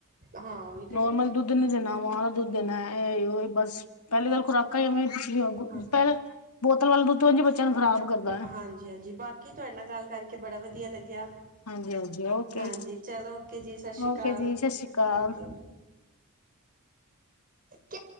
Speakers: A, on the right (about 40°); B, on the left (about 80°).
A: ਹਾਂ ਉਹੀ ਤੇ
B: ਨੋਰਮਲ
A: ਨਾ।
B: ਦੁੱਧ ਨੀ ਦੇਣਾ। ਮਾ ਦਾ ਦੁੱਧ ਦੇਣਾ ਇਹ ਉਹ ਬਸ। ਪਹਿਲੀ ਗੱਲ ਖੁਰਾਕਾਂ ਹੀ ਐਵੇਂ ਪਿਛਲੀਆਂ।
A: ਹਾਂ,
B: ਪਹਿਲ ਬੋਤਲ ਵੱਲ ਦੁੱਧ ਵਾਂ ਜੀ ਬੱਚਿਆਂ ਨੂੰ ਖਰਾਬ ਕਰਦਾ ਹੈ।
A: ਹਾਂਜੀ, ਹਾਂਜੀ, ਬਾਕੀ ਤੁਹਾਡੇ ਨਾਲ ਗੱਲ ਕਰਕੇ ਬੜਾ ਵਧੀਆ ਲੱਗਿਆ।
B: ਹਾਂਜੀ ਹਾਂਜੀ ਓਕੇ
A: ਹਾਂਜੀ, ਚਲੋ ਓਕੇ ਜੀ, ਸਤਿ ਸ਼੍ਰੀ ਅਕਾਲ।
B: ਓਕੇ ਜੀ ਸਤਿ ਸ਼੍ਰੀ ਅਕਾਲ
A: ਓਕੇ। ਕੀ।